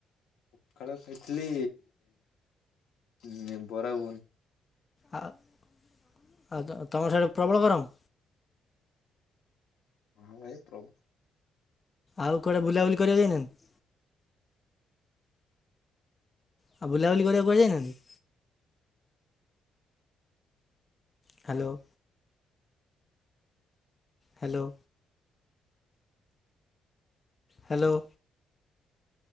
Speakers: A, on the left (about 80°); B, on the left (about 30°).
A: ପଖାଳ ଖାଇଥିଲି ଉଁ ବରା ଘୁଘୁନି
B: ଆ ଆଉ ତମର ସେଆଡେ଼ ପ୍ରବଳ ଗରମ?
A: ହଁ ଭାଇ ପ୍ରବଳ
B: ଆଉ କୁଆଡେ ବୁଲାବୁଲି କରିବାକୁ ଯାଇନାହାନ୍ତି? ଆଉ ବୁଲାବୁଲି କରିବାକୁ କୁଆଡେ ଯାଇନାହାନ୍ତି? ହ୍ୟାଲୋ। ହ୍ୟାଲୋ। ହ୍ୟାଲୋ।